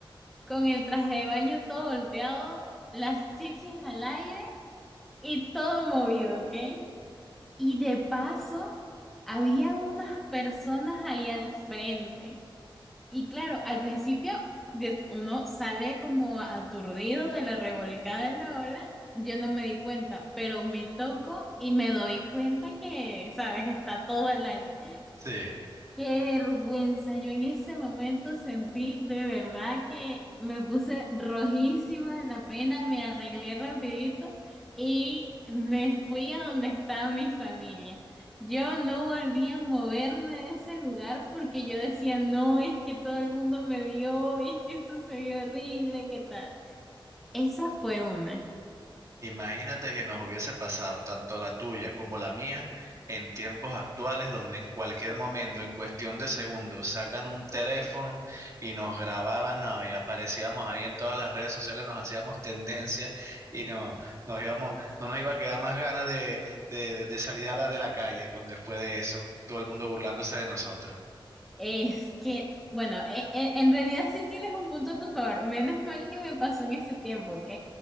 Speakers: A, in the centre; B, on the right (about 35°).
A: con el traje de baño todo volteado, las chichis al aire y todo movido, ¿ok? Y de paso, había unas personas ahí al frente. Y claro, al principio de- uno sale como aturdido de la revolcada de la ola. Yo no me di cuenta, pero me toco y me doy cuenta que, ¿sabes? Está todo al aire.
B: sí.
A: Qué vergüenza. Yo en ese momento sentí de verdad que me puse rojísima de la pena, me arreglé rapidito y me fui a donde estaba mi familia. Yo no volví a moverme de ese lugar porque yo decía, no, es que todo el mundo me vio, es que sucedió horrible, ¿qué tal? Esa fue una.
B: Imagínate que nos hubiese pasado tanto la tuya como la mía en tiempos actuales donde en cualquier momento, en cuestión de segundos, sacan un teléfono y nos grababan, no, y aparecíamos ahí en todas las redes sociales, nos hacíamos tendencia y no, nos íbamos, no nos iba a quedar más ganas de, de, de salir a la de la calle con, después de eso, todo el mundo burlándose de nosotros.
A: Es que, bueno, e- e- en realidad sí tienes un punto a tu favor. Menos mal que me pasó en ese tiempo, ¿ok?